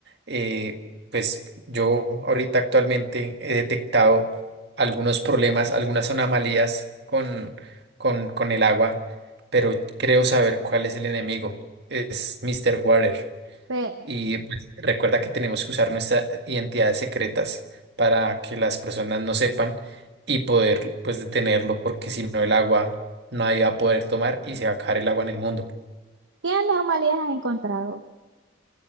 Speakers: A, on the right; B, on the right.
A: eh, pues yo ahorita actualmente he detectado algunos problemas, algunas anomalías con, con, con el agua, pero creo saber cuál es el enemigo. Es Mr. Water.
B: pe-
A: Y pues, recuerda que tenemos que usar nuestras identidades secretas para que las personas no sepan y poder pues detenerlo porque si no el agua nadie va a poder tomar y se va a acabar el agua en el mundo.
B: ¿qué anormalidades has encontrado?